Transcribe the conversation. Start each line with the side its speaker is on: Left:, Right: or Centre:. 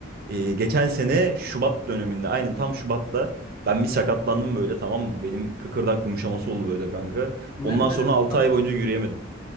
Right: Ee, geçen sene Şubat döneminde aynen tam Şubat'ta ben bir sakatlandım böyle tamam mı? Benim kıkırdak yumuşaması oldu böyle kanka.
Left: Ne,
Right: Ondan
Left: nerede
Right: sonra 6
Left: tam?
Right: ay boyunca yürüyemedim.